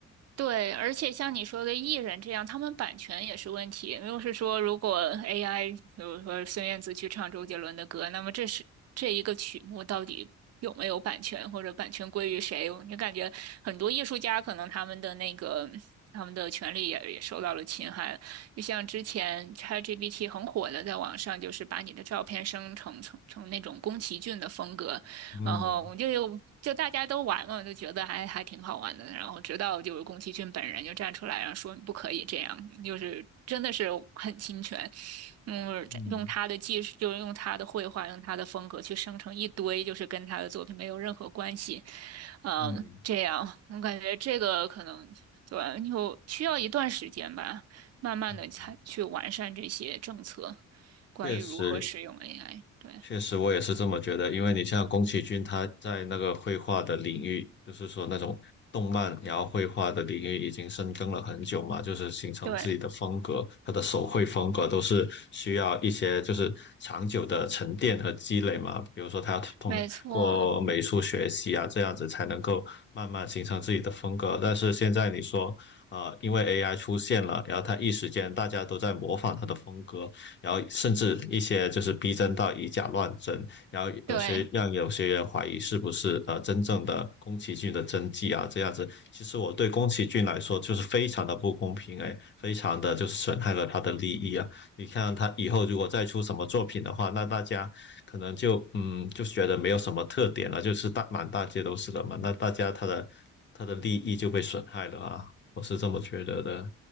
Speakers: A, on the right (about 55°); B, on the left (about 40°).
A: 对，而且像你说的艺人这样，他们版权也是问题。就是说，如果 AI，比如说孙燕姿去唱周杰伦的歌，那么这是这一个曲目到底有没有版权，或者版权归于谁？你感觉很多艺术家可能他们的那个他们的权利也也受到了侵害。就像之前 ChatGPT 很火的，在网上就是把你的照片生成成成那种宫崎骏的风格，
B: 嗯
A: 然后我就就大家都玩嘛，就觉得还还挺好玩的。然后直到就是宫崎骏本人就站出来，然后说你不可以这样，就是真的是很侵权，嗯，
B: 嗯
A: 用他的技术，就是用他的绘画，用他的风格去生成一堆就是跟他的作品没有任何关系。嗯，
B: 嗯
A: 这样我感觉这个可能对，就需要一段时间吧，慢慢的才去完善这些政策，
B: 嗯，
A: 关于如何使用
B: 确实，
A: AI。对
B: 确实，我也是这么觉得。因为你像宫崎骏，他在那个绘画的领域，就是说那种动漫然后绘画的领域已经深耕了很久嘛，就是形成自己的风格。
A: 对，
B: 他的手绘风格都是需要一些就是长久的沉淀和积累嘛。比如说，他要通过美术学习啊，
A: 没错。
B: 这样子才能够慢慢形成自己的风格。但是现在你说，呃，因为 AI 出现了，然后他一时间大家都在模仿他的风格，然后甚至一些就是逼真到以假乱真，然后有些让有些人怀疑是不是呃真正的宫崎骏的真迹啊这样子。
A: 对，
B: 其实我对宫崎骏来说就是非常的不公平哎，非常的就是损害了他的利益啊。你看他以后如果再出什么作品的话，那大家可能就嗯就觉得没有什么特点了，就是大满大街都是了嘛，那大家他的他的利益就被损害了啊。我是这么觉得的。